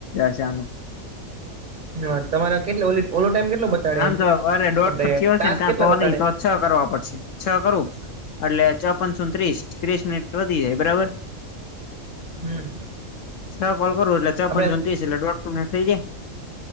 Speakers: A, on the left (about 70°); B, on the right (about 40°).
A: જશે આનું
B: હા તમારે કેટલો ઓવર ટાઈમ કેટલો બતાડે
A: આમ
B: એમ
A: તો અરે દોઢ
B: આપડે
A: સથી હશે
B: ટાસ્ક
A: ને કા
B: કેટલા
A: તો
B: બતાડે
A: નહી તો છ કરવા પડશે છ કરવું એટલે ચોપનસો ત્રીસ ત્રીસ મિનિટ વધી જાય બરાબર
B: હમ
A: છ કોલ કરું એટલે છ
B: આપડે
A: પંચો ત્રીસ એટલે દોઢસો મિનટ થઈ જાય